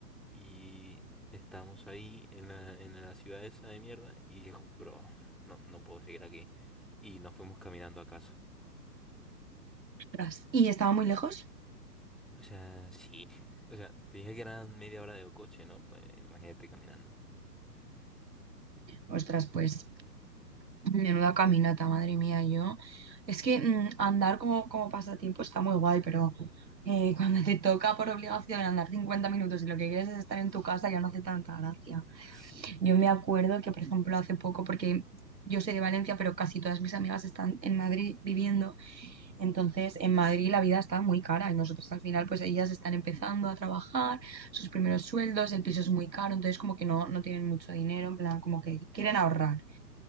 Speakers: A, in the centre; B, on the right.
A: Y estábamos ahí en la, en la ciudad esa de mierda y dijo, bro, no, no puedo seguir aquí. Y nos fuimos caminando a casa.
B: ostras. ¿Y estaba muy lejos?
A: O sea, sí. O sea, te dije que eran media hora de coche, ¿no? Pues imagínate caminando.
B: Ostras, pues, menuda caminata, madre mía, yo. Es que mm, andar como, como pasatiempo está muy guay, pero eh, <laughs> cuando te toca por obligación andar 50 minutos y lo que quieres es estar en tu casa, ya no hace tanta gracia.
A: Sí.
B: Yo me acuerdo que, por ejemplo, hace poco, porque yo soy de Valencia, pero casi todas mis amigas están en Madrid viviendo, entonces en Madrid la vida está muy cara y nosotros al final, pues ellas están empezando a trabajar, sus primeros sueldos, el piso es muy caro, entonces como que no, no tienen mucho dinero, en plan, como que quieren ahorrar.